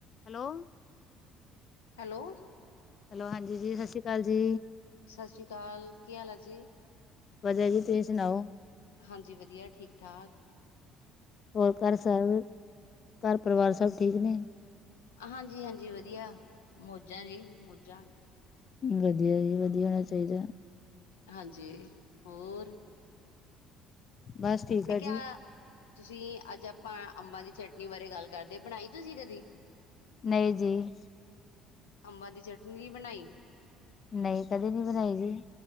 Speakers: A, on the left; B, on the left.
A: Hello
B: hello
A: hello ਹਾਂਜੀ ਜੀ। ਸਤਿ ਸ਼੍ਰੀ ਅਕਾਲ ਜੀ।
B: ਸਤਿ ਸ੍ਰੀ ਅਕਾਲ ਕੀ ਹਾਲ ਆ ਜੀ।
A: ਵਧੀਆ ਜੀ। ਤੁਸੀਂ ਸੁਣਾਓ
B: ਹਾਂਜੀ ਵਧੀਆ, ਠੀਕ- ਠਾਕ।
A: ਹੋਰ ਘਰ ਸਭ ਘਰ ਪਰਿਵਾਰ ਸਭ ਠੀਕ ਨੇ?
B: ਹਾਂਜੀ -ਹਾਂਜੀ ਵਧੀਆ, ਮੌਜਾਂ ਜੀ ਮੌਜਾਂ।
A: ਵਧੀਆ ਜੀ ਵਧੀਆ ਹੋਣਾ ਚਾਹੀਦਾ।
B: ਹਾਂਜੀ। ਹੋਰ
A: ਬਸ ਠੀਕ
B: ਮੈਂ
A: ਹੈ
B: ਕਿਹਾ
A: ਜੀ
B: ਤੁਸੀਂ ਅੱਜ ਆਪਾਂ ਅੰਬਾਂ ਦੀ ਚਟਨੀ ਬਾਰੇ ਗੱਲ ਕਰਦੇ, ਬਣਾਈ ਤੁਸੀਂ ਕਦੀ??
A: ਨਹੀਂ ਜੀ।
B: ਅੰਬਾ ਦੀ ਚਟਨੀ ਨੀ ਬਣਾਈ।
A: ਨਹੀਂ, ਕਦੇ ਨਹੀਂ ਬਣਾਈ ਜੀ।